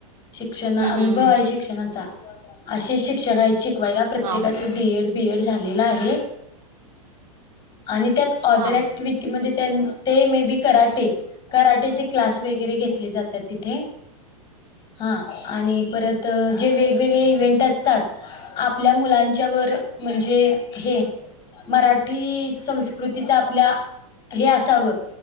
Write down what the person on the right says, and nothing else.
हम्म
हम्म.
हा ओके.
हा